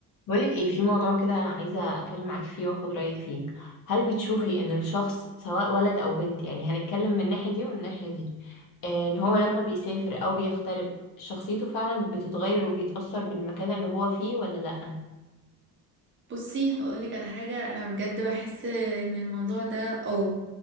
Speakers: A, on the left; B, on the right.
A: بقولك ايه في موضوع كده انا عايزه اتكلم معاكي فيه واخد رايك فيه هل بتشوفي ان الشخص سواء ولد او بنت يعني هنتكلم من الناحيه دي ومن الناحيه دي آه، ان هو
B: تمام
A: لما بيسافر او بيغترب شخصيته فعلا بتتغير وبيتاثر بالمكان اللي هو فيه ولا لا
B: بصي هقولك على حاجة أنا بجد بحس إن الموضوع ده اه